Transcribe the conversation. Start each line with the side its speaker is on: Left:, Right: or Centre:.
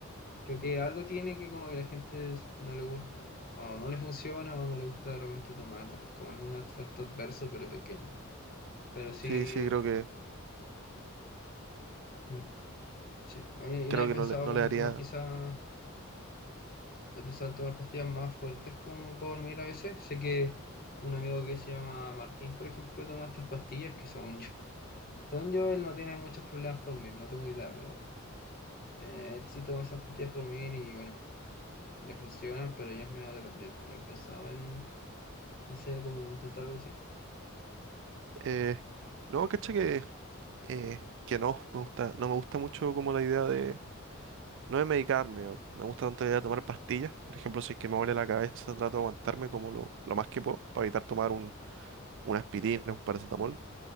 Left: creo que algo tiene que como que la gente es- no le gusta, o no le funciona, o no le gusta de repente tomarla, como algún efecto adverso, pero pequeño. Pero sí,
Right: Sí, sí, creo que,
Left: mm, sí. Oye, ¿y
Right: creo
Left: no he
Right: que
Left: pensado
Right: no le, no
Left: como
Right: le
Left: en
Right: haría.
Left: tomar quizás? Empezaron a tomar pastillas más fuertes como para dormir a veces. Sé que un amigo que se llama Martín, por ejemplo, toma estas pastillas que son yo. Según yo, él no tiene muchos problemas por dormir, no tengo idea, pero eh, él sí toma esas pastillas por dormir y bueno, y le funciona, pero ya es medio dependiente. No he pensado en, no sé, cómo intentar algo así.
Right: eh, no, cacha que, eh, que no, me gusta, no me gusta mucho como la idea de. No de medicarme, o no me gusta tanto la idea de tomar pastillas. Por ejemplo, si es que me duele la cabeza, trato de aguantarme como lo, lo más que puedo, para evitar tomar un, una aspirina, un paracetamol.